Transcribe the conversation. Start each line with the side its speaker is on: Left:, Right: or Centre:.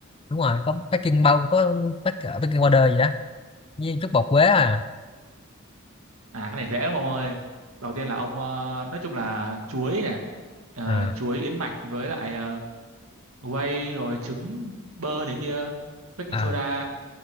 Left: đúng rồi có baking bông có bác- baking powder gì đó với chút bột quế à
Right: À cái này dễ lắm ông ơi. Đầu tiên là ông ờ, nói chung là chuối nè, ờ,
Left: à
Right: chuối yến mạch với lại ờ, whey rồi trứng bơ này kia, baking
Left: à
Right: soda.